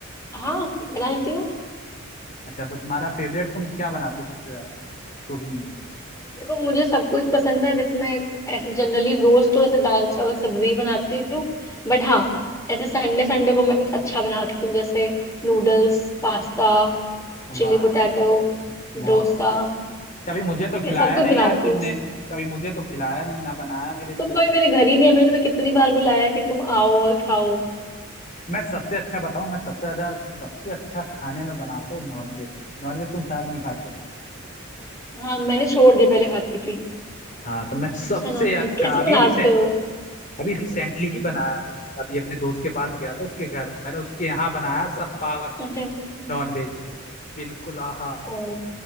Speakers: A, on the left (about 15°); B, on the left (about 40°).
A: हाँ बना लेती हूँ
B: अच्छा तो तुम्हारा फेवरेट तुम क्या बनाते हो सबसे ज्यादा कुकिंग में
A: देखो मुझे सब कुछ पसंद है देखो मैं ऐसे जनरली रोज तो ऐसे दाल चावल सब्जी बनाती हूँ बट हाँ ऐसे संडे संडे को मैं कुछ अच्छा बनाती हूँ जैसे noodles pasta
B: वाह
A: chilli potato
B: बहुत
A: dosa
B: सही कभी मुझे तो
A: ठीक
B: खिलाया
A: है सब कुछ
B: नहीं
A: बनाती
B: यार तुमने
A: हूँ
B: कभी मुझे तो खिलाया नहीं ना बनाया मेरे लिए
A: तुम कभी मेरे घर ही नहीं है मैंने तुम्हें कितनी बार बुलाया कि तुम आओ और खाओ
B: मैं सबसे अच्छा बताऊं मैं सबसे ज्यादा सबसे अच्छा खाने में बनाता हूँ नॉनवेज नॉनवेज तुम शायद नहीं खाते हो
A: हाँ मैंने छोड़ दिया पहले खाती थी
B: हाँ तो मैं सबसे
A: अच्छा नॉनवेज
B: अच्छा
A: कैसे
B: अभी
A: बनाते
B: रिसेंट
A: हो
B: अभी रिसेंटली ही बनाया मैं अभी अपने दोस्त के पास गया था उसके घर मैंने उसके यहाँ बनाया सब पागल हो
A: अच्छा
B: गए
A: अच्छा
B: नॉन वेज बिल्कुल आहा
A: ओ